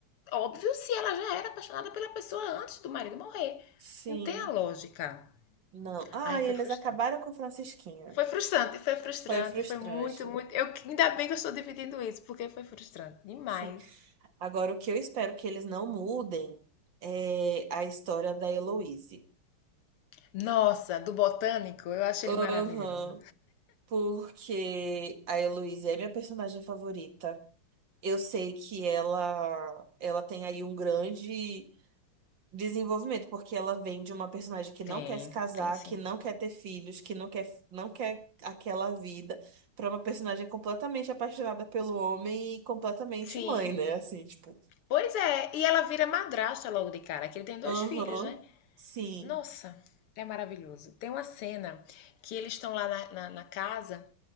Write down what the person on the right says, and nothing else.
sim.
Não. Ah,
e
eles
acabaram com Francisquinha.
Foi frustrante.
Sim. Agora, o que eu espero que eles não mudem é a história da Heloise.
Aham.
Porque a Heloise é minha personagem favorita. Eu sei que ela, ela tem aí um grande Desenvolvimento, porque ela vem de uma personagem que não
quer se casar,
que não quer ter filhos, que não quer, não quer aquela vida, pra uma personagem completamente apaixonada pelo homem e completamente
mãe, né? Assim, tipo,
aham,
sim,